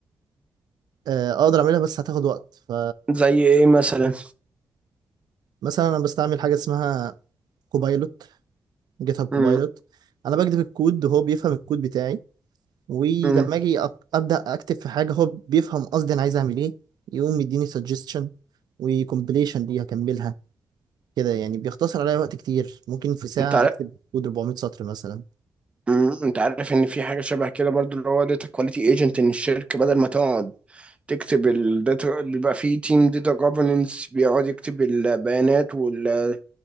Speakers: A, on the right; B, on the right.
A: آه، اقدر اعملها بس هتاخد وقت ف
B: زي ايه مثلا
A: مثلا انا بستعمل حاجه اسمها كوبايلوت جيت هاب كوبايلوت
B: امم
A: انا بكتب الكود وهو بيفهم الكود بتاعي ولما
B: امم
A: اجي أك- ابدا اكتب في حاجه هو بيفهم قصدي انا عايز اعمل ايه يقوم يديني سجستشن وكومبليشن دي هكملها كده يعني بيختصر عليا وقت كتير ممكن في ساعه
B: انت عارف
A: اكتب كود 400 سطر مثلا
B: امم انت عارف ان في حاجة شبه كده برضو اللي هو داتا كواليتي ايجنت ان الشركة بدل ما تقعد تكتب الداتا بيبقى في تيم داتا جوفرنس بيقعد يكتب البيانات وال